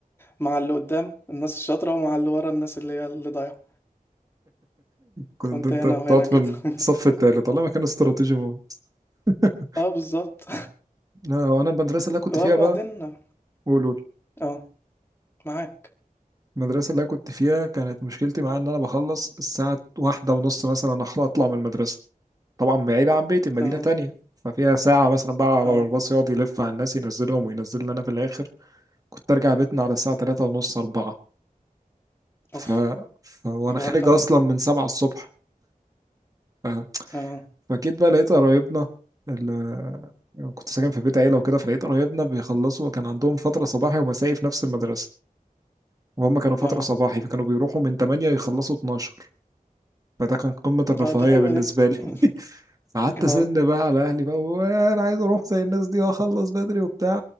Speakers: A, on the left; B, on the right.
A: مع اللي قدام الناس الشاطرة ومع اللي ورا الناس اللي هي اللي ضايعة
B: كنت
A: كنت
B: انت
A: هنا
B: بتقعد
A: وهنا
B: في
A: كده <laughs>
B: الصف التالت والله ما كان استراتيجي موت <laughs>
A: اه بالظبط
B: لا هو انا المدرسه اللي أنا كنت
A: <laughs> وبعدين
B: فيها بقى قول قول
A: اه معاك
B: المدرسه اللي أنا كنت فيها كانت مشكلتي معاها ان انا بخلص الساعه واحدة ونص مثلا اطلع من المدرسه طبعا بعيدة عن بيتي بمدينة
A: اه
B: تانية ففيها ساعة مثلا بقى على
A: اه
B: الباص يقعد يلف على الناس ينزلهم وينزلني أنا في الآخر كنت أرجع بيتنا على الساعة تلاتة ونص أربعة ف...
A: اوف
B: ف... وأنا
A: الحوار
B: خارج
A: ده
B: أصلا من سبعة الصبح ف...
A: اه
B: فأكيد بقى لقيت قرايبنا ال... يعني كنت ساكن في بيت عيلة وكده فلقيت قرايبنا بيخلصوا كان عندهم فترة صباحي ومسائي في نفس المدرسة وهم كانوا فترة
A: اه
B: صباحي فكانوا بيروحوا من 8 يخلصوا 12 فده كان قمة الرفاهية
A: اه دي حلوة
B: بالنسبة
A: دي
B: لي
A: <laughs>
B: قعدت
A: اه
B: أزن بقى على أهلي بقى وأنا عايز أروح زي الناس دي وأخلص بدري وبتاع